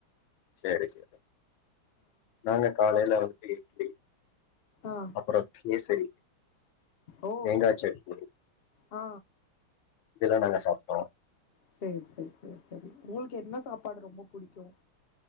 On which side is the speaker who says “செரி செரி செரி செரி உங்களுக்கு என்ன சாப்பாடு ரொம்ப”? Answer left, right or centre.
Left